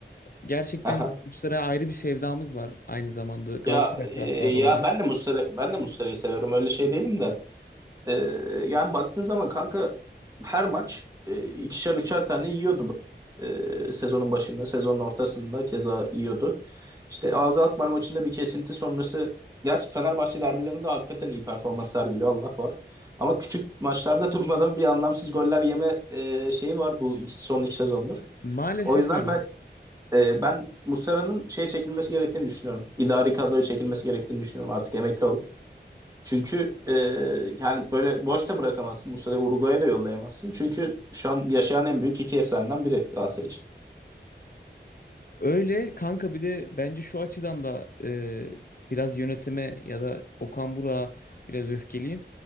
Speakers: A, on the left; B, on the right.
A: Gerçekten
B: Aha.
A: Muslera'ya ayrı bir sevdamız var aynı zamanda Galatasaray
B: Ya e,
A: taraftarı
B: ya
A: olarak.
B: ben de Muslera ben de Muslera'yı seviyorum. Öyle şey değilim de. Ee, yani baktığın zaman kanka her maç e, ikişer üçer tane yiyordu Ee, sezonun başında, sezonun ortasında keza yiyordu. İşte AZ Alkmaar maçında bir kesinti sonrası gerçi Fenerbahçe derbilerinde hakikaten iyi performans sergiliyor Allah var. Ama küçük maçlarda <laughs> durmadan bir anlamsız goller yeme e, şeyi var bu iki, son iki sezondur.
A: Maalesef
B: O yüzden
A: öyle.
B: ben e, ben Muslera'nın şeye çekilmesi gerektiğini düşünüyorum. İdari kadroya çekilmesi gerektiğini düşünüyorum. Artık emekli ol. Çünkü e, yani böyle boş da bırakamazsın. Bu sene Uruguay'a da yollayamazsın. Çünkü şu an yaşayan en büyük iki efsaneden biri Galatasaray için.
A: Öyle kanka bir de bence şu açıdan da e, biraz yönetime ya da Okan Burak'a biraz öfkeliyim.